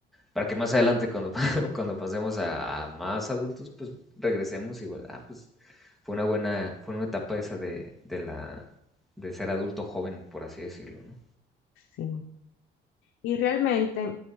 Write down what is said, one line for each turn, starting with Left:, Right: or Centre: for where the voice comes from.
Centre: para que más adelante cuando, <laughs> cuando pasemos a, a más adultos pues regresemos y bueno, ah, pues fue una buena, fue una etapa esa de, de la, de ser adulto joven, por así decirlo, ¿no?
Left: Sí. Y realmente,